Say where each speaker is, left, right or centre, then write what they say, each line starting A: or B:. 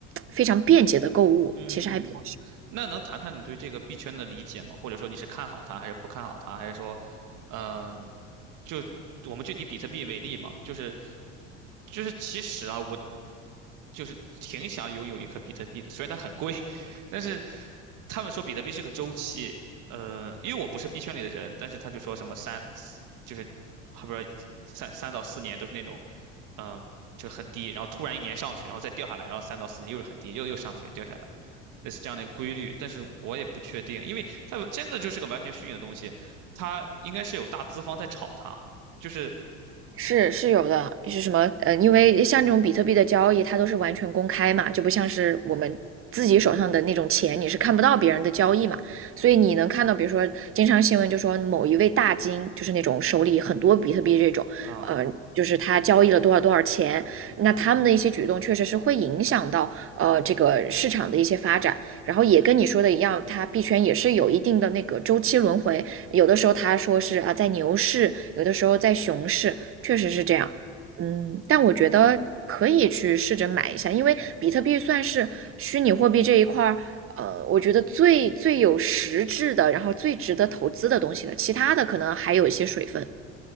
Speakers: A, on the right; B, on the right.
A: 非常便捷的购物，
B: 嗯，
A: 其实还比较
B: 那能谈谈你对这个币圈的理解吗？或者说你是看好它，还是不看好它，还是说，呃，就我们就以比特币为例嘛，就是就是其实啊，我就是挺想拥有一颗比特币的，虽然它很贵，但是他们说比特币是个周期，呃，因为我不是币圈里的人，但是他就说什么三四，就是还不是三三到四年都是那种，嗯、就很低，然后突然一年上去，然后再掉下来，然后三到四年又是很低，又又上去，又掉下来。类似这样的一个规律，但是我也不确定，因为它真的就是个完全虚拟的东西，它应该是有大资方在炒它，就是
A: 是是有的，是什么？呃，因为像这种比特币的交易，它都是完全公开嘛，就不像是我们自己手上的那种钱，你是看不到别人的交易嘛。所以你能看到，比如说，经常新闻就说某一位大金，就是那种手里很多比特币这种，
B: 啊，
A: 呃，就是他交易了多少多少钱，那他们的一些举动确实是会影响到呃这个市场的一些发展。然后也跟你说的一样，它币圈也是有一定的那个周期轮回，有的时候他说是啊在牛市，有的时候在熊市。确实是这样，嗯，但我觉得可以去试着买一下，因为比特币算是虚拟货币这一块儿，呃，我觉得最最有实质的，然后最值得投资的东西了。其他的可能还有一些水分。